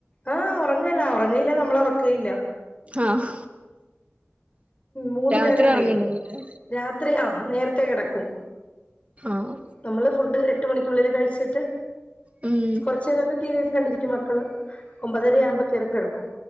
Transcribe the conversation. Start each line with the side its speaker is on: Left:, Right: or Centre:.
Left: ആഹ് ഒറങ്ങേല്ല ഒറങ്ങയില്ല നമ്മളൊറക്കേല്ല.
Right: ആഹ്
Left: മൂന്ന്
Right: രാത്രി
Left: പേരൊണ്ടേ
Right: ഒറങ്ങണ്ടാവുല്ലേ
Left: രാത്രി ആഹ് നേരത്തെ കെടക്കും.
Right: ആഹ്.
Left: നമ്മള് ഫുഡ് എട്ട് മണിക്കുള്ളില് കഴിച്ചിട്ട്
Right: ഉം.
Left: കൊർച്ചേരൊക്കെ ടി വി ഒക്കെ കണ്ടിരിക്കും മക്കള് ഒമ്പതര ആവുമ്പക്കേറിക്കെടക്കും.